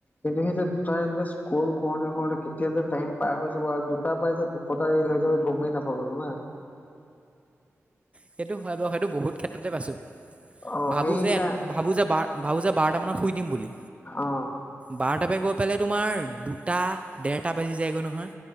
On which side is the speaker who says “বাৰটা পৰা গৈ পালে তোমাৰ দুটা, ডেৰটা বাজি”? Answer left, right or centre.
Right